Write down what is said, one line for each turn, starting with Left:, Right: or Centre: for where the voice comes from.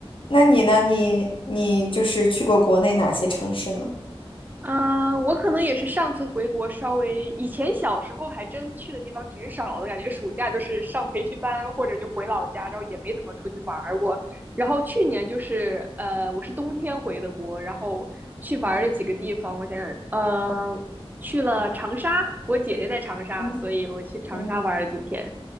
Left: 那你呢？你你就是去过国内哪些城市呢？
Right: 啊、uh, 我可能也是上次回国稍微，以前小时候还真去的地方挺少的，感觉暑假就是上培训班或者就回老家，然后也没怎么出去玩过。然后去年就是呃，我是冬天回的国，然后去玩了几个地方，我想想，呃，去了长沙，我姐姐在长沙，
Left: 嗯
Right: 所以我去长沙玩了几天。
Left: 嗯，